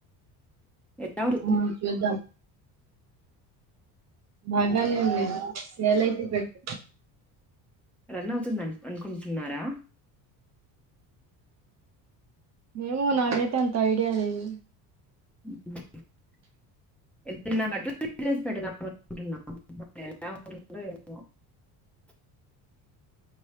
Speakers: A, in the centre; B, on the right.
A: ఎలా <inaudible>
B: ఆ చూద్దాం బాగానే ఉంటది సేల్ అయితే పెట్ట
A: రన్ అవుతుంది అనుకుంటున్నారా
B: ఏమో నాకైతే అంత ఐడియా లేదు
A: <inaudible>